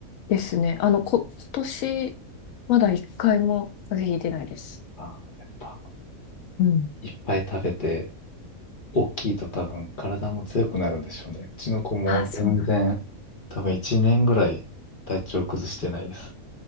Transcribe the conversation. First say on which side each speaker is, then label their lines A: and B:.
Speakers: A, on the left; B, on the left.
A: ですね。あの、こ、今年、まだ一回も風邪ひいてないです。
B: ああやっぱ、
A: うん。
B: いっぱい食べて、大きいと多分体も強くなるんでしょうね。うちの子も全然、
A: あ、そうなんだ。
B: 多分1年ぐらい体調崩してないです。